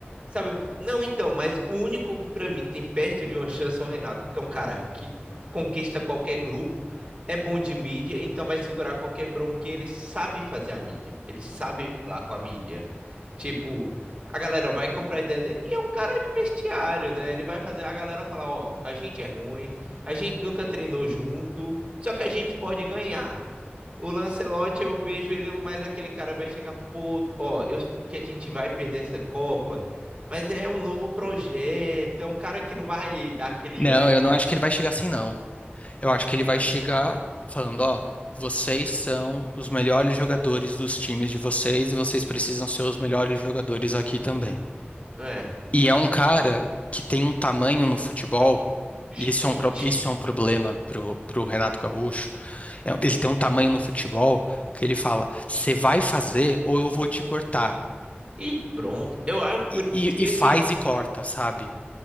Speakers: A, on the right; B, on the left.
A: Sabe, pô, não, então, mas o único que pra mim tem perto de uma chance é o Renato, porque é um cara que conquista qualquer grupo, é bom de mídia, então vai segurar qualquer bronquinha, ele sabe fazer a mídia, ele sabe falar com a mídia. Tipo, a galera vai comprar a ideia dele, e é um cara de vestiário, né? Ele vai fazer a galera falar, ó, a gente é ruim, a gente nunca treinou junto, só que a gente pode ganhar. O Lancelotti, eu vejo ele mais aquele cara vai chegar, pô, ó, eu sei que a gente vai perder essa Copa, mas é um novo projeto, é um cara que não vai dar aquele
B: Não,
A: ânimo,
B: eu não acho que ele vai chegar assim, não. Eu acho que ele vai
A: sabe?
B: chegar falando, ó, vocês são os melhores jogadores dos times de vocês e vocês precisam ser os melhores jogadores aqui também.
A: É,
B: E é um cara que tem um tamanho no futebol,
A: gigante.
B: e isso é um, pro- isso é um problema pro, pro Renato Gaúcho. É- um, ele tem um tamanho no futebol que ele fala: você vai fazer ou eu vou te cortar.
A: E pronto. Eu acho
B: E,
A: por isso
B: e-
A: que
B: e faz
A: assim,
B: e corta, sabe?